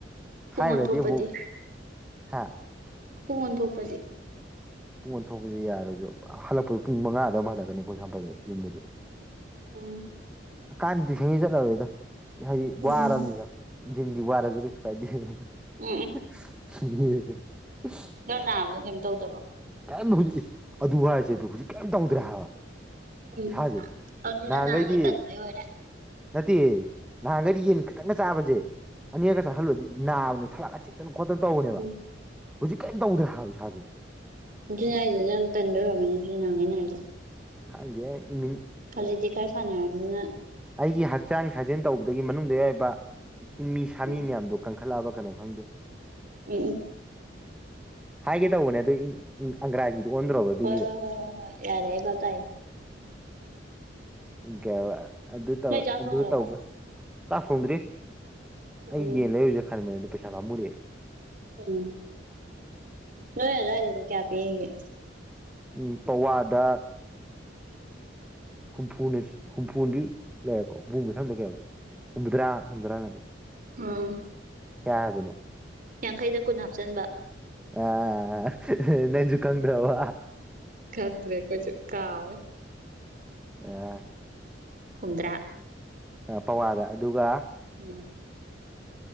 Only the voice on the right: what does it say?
ꯄꯨꯡ
ꯑꯣꯟꯊꯣꯛꯄꯗꯤ
ꯄꯨꯡ ꯑꯣꯟ ꯊ‌ꯣꯛꯄꯖꯤ
ꯎꯝ
ꯎꯝ
ꯎꯝ ꯎꯝ
ꯅꯪ ꯅꯥꯕꯗꯣ ꯀꯩꯝ ꯇꯧꯗꯕ꯭ꯔꯣ
ꯎꯝ
ꯑꯗꯨꯗꯤ ꯅꯪ
ꯅꯍꯥꯟꯈꯩ ꯇꯟꯕꯩ ꯑꯣꯏꯔꯦ
ꯎꯝ
ꯑꯗꯨꯅꯦꯍꯥꯏꯁꯦ ꯅꯪ ꯇꯟꯕꯩ ꯑꯣꯏꯔꯝꯅꯤ ꯑꯗꯨꯗꯤ ꯅꯥꯥꯍꯥꯟꯒꯩ ꯅꯥꯏꯗꯣ
ꯍꯧꯖꯤꯛꯇꯤ ꯈꯔ ꯁꯥꯟꯅꯔꯝꯅꯤꯅ
ꯎꯝ
ꯎꯝ ꯎꯝ
ꯍꯣꯏ ꯍꯣꯏ ꯍꯣꯏ ꯍꯣꯏ ꯍꯣꯏ ꯌꯥꯔꯦ ꯑꯩ ꯕꯥꯞ ꯇꯥꯏ
ꯅꯣꯏ ꯆꯥꯛ
ꯊꯣꯡꯈ꯭ꯔꯕ
ꯎꯝ
ꯎꯝ ꯅꫭꯏ ꯑꯗꯥꯏꯗꯗꯤ ꯀꯌꯥ ꯄꯤꯔꯤꯒꯦ
<inaudible>
ꯑꯝ
ꯌꯥꯡꯈꯩꯗ ꯀꯨꯟ ꯍꯥꯞꯆꯟꯕ
ꯈꯪꯗ꯭ꯔꯦ ꯑꯩꯈꯣꯏꯁꯨ ꯀꯥꯎꯔꯦ
ꯍꯨꯝꯗ꯭ꯔꯥ
ꯎꯝ